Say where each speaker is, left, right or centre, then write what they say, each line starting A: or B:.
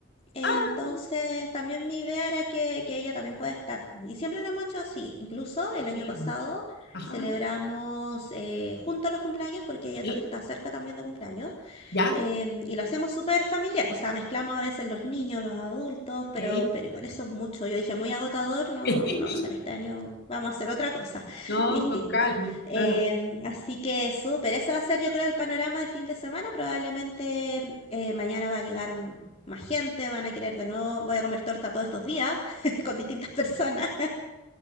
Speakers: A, on the left; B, on the left.
A: entonces
B: Ah,
A: también mi idea era que, que ella también pueda estar. Y siempre lo hemos hecho así, incluso el año
B: mira,
A: pasado
B: Ajá,
A: celebramos eh, juntos los cumpleaños porque ella
B: sí,
A: ta- está cerca también de cumpleaños
B: ya.
A: em, y lo hacemos súper familiar, o sea, mezclamos a veces los niños, los adultos, pero,
B: eh.
A: pero igual eso es mucho. Yo dije, muy agotador, no,
B: <laughs>
A: no, para este año vamos a hacer otra cosa
B: No,
A: distinta.
B: con calma,
A: Em,
B: claro.
A: así que súper, ese va a ser yo creo el panorama de fin de semana, probablemente eh, mañana va a llegar mm, más gente, van a querer de nuevo, voy a comer torta todos estos días <laughs> con distintas personas.